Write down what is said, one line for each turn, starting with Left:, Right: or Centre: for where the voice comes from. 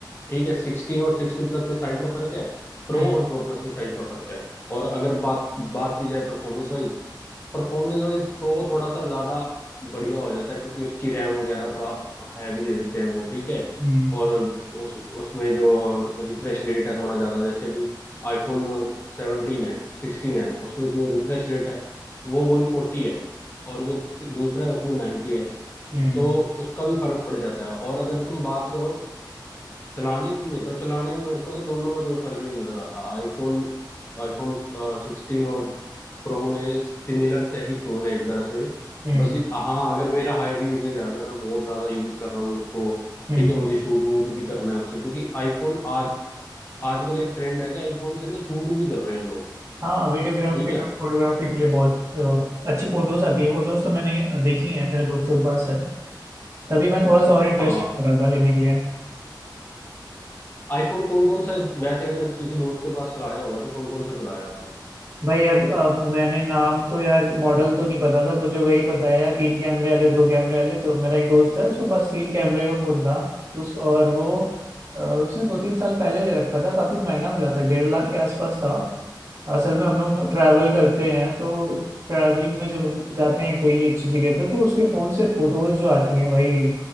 Left: ठीक है सिक्सटीन और सिक्सटीन प्लस में साइज का फर्क है प्रो
Right: हम्म
Left: और प्रो प्लस में साइज का फर्क है और अगर बात बात की जाए performance wise performance wise pro थोड़ा सा ज्यादा बढ़िया हो जाता है क्योंकि उसकी रैम वगैरह थोड़ा हैवी दे देते हैं वो ठीक है
Right: हम्म
Left: और उस उसमें जो रिफ्रेश रेट है थोड़ा ज्यादा जैसे अभी आईफोन सेवनटीन है सिक्सटीन है उसमें जो रिफ्रेश रेट है वो वन फोर्टी है और जो दूसरा है उसमें नाइन्टी है
Right: हम्म
Left: तो उसका भी फर्क पड़ जाता है और अगर तुम बात करो चलाने में तो चलाने में मेरे को तो दोनों में कोई फर्क नहीं नजर आता आईफोन आईफोन सिक्सटीन और प्रो में सिमिलर से ही फोन है एक तरह से
Right: हम्म,
Left: बस ये- हाँ अगर मेरा हैवी यूजेज है अगर मैं बहुत ज्यादा यूज कर रहा हूँ उसको
Right: हम्म।
Left: ठीक है मुझे शूट वूट भी करना है उससे क्योंकि आईफोन आज आजकल एक ट्रेंड है कि आईफोन से ना शूट भी कर रहे हैं लोग
Right: हाँ वीडियोग्राफी
Left: ठीक
Right: और
Left: है
Right: फोटोग्राफी के लिए बहुत अ, अच्छी फोटोज आती है फोटोज तो मैंने देखी है मेरे दोस्तों के पास है तभी मैं थोड़ा सा और इंटरेस्ट
Left: हाँ
Right: हो रहा था लेने के लिए
Left: आईफोन कौन कौन सा वैसे अगर किसी दोस्त के पास चलाया होगा तो कौन कौन सा चलाया आपने
Right: भाई अब अब मैंने नाम तो यार मॉडल तो नहीं पता था मुझे वही पता है यार तीन कैमरे वाले दो कैमरे वाले तो मेरा एक दोस्त है उसके पास तीन कैमरे का फोन था उस और वो अ, उसने दो तीन साल पहले ले रखा था काफी महंगा मिला था डेढ़ लाख के आसपास था असल में हम लोग ट्रैवल करते हैं तो ट्रैवलिंग में जब हम जाते हैं कोई अच्छी जगह पे तो उसके फोन से फोटोज जो आती हैं भाई